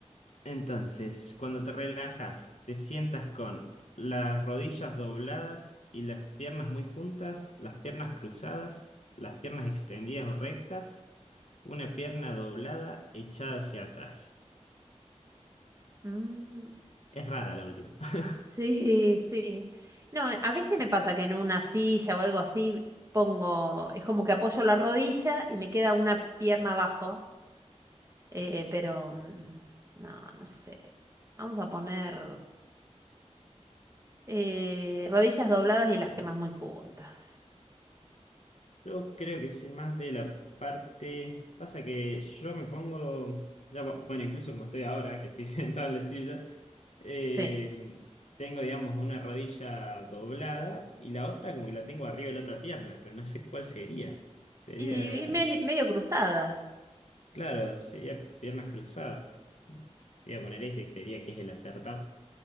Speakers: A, on the left; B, on the right.
A: entonces, cuando te relajas, te sientas con las rodillas dobladas y las piernas muy juntas, las piernas cruzadas, las piernas extendidas o rectas Una pierna doblada echada hacia atrás.
B: mm,
A: Es rara la última. <laughs>
B: Sí, sí. No, eh, a veces me pasa que en una silla o algo así pongo, es como que apoyo la rodilla y me queda una pierna abajo, eh, pero mm, no, no sé. Vamos a poner eh, rodillas dobladas y las piernas muy juntas.
A: Yo creo que soy más de la parte... Pasa que yo me pongo... ya, bu- bueno, incluso como estoy ahora, que estoy <laughs> sentado en la silla, eh,
B: Sí.
A: tengo, digamos, una rodilla doblada y la otra como que la tengo arriba de la otra pierna, pero no sé cuál sería. Sería...
B: Y, y me- medio cruzadas.
A: Claro, sería piernas cruzadas. Voy a poner ese, creería que es el acertado.